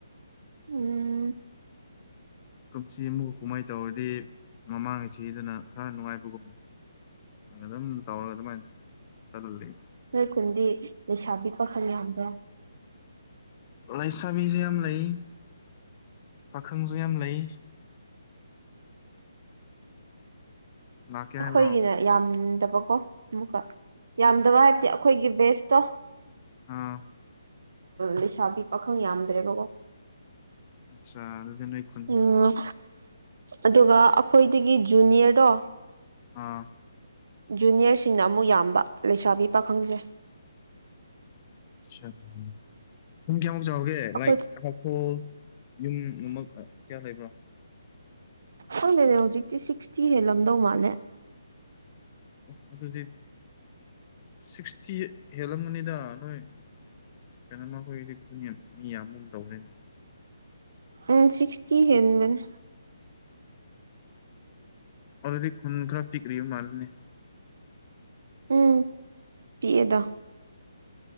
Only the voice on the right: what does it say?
ꯎꯝ
ꯅꯣꯏ ꯈꯨꯟꯗꯤ ꯂꯩꯁꯥꯕꯤ ꯄꯥꯈꯜ ꯌꯥꯝꯕ꯭ꯔ
ꯑꯩꯈꯣꯏꯒꯤꯅꯦ ꯌꯥꯝ ꯕꯀꯣ ꯑꯃꯨꯛꯀ ꯌꯥꯝꯗꯕ ꯍꯥꯏꯕꯗꯤ ꯑꯩꯈꯣꯏꯒꯤ ꯕꯦꯁꯇꯣ
ꯂꯩꯁꯥꯕꯤ ꯄꯥꯈꯪ ꯌꯥꯝꯗ꯭ꯔꯦꯕꯀꯣ
ꯎꯝ ꯑꯗꯨꯒ ꯑꯩꯈꯣꯏꯗꯒꯤ ꯖꯨꯅꯤꯌꯔꯗꯣ
ꯖꯨꯅꯤꯌꯔꯁꯤꯡꯅ ꯑꯃꯨꯛ ꯌꯥꯝꯕ ꯂꯩꯁꯥꯕꯤ ꯄꯥꯈꯪꯖꯩ
ꯑꯩꯈꯣꯏ
ꯈꯪꯗꯦꯅꯦ ꯍꯧꯖꯤꯛꯇꯤ ꯁꯤꯛꯁꯇꯤ ꯍꯦꯜꯂꯝꯗꯧ ꯃꯥꯜꯂꯦ
ꯎ ꯁꯤꯁꯇꯤ ꯍꯦꯟꯕꯅꯦ
ꯎꯝ ꯄꯤꯛꯑꯦꯗ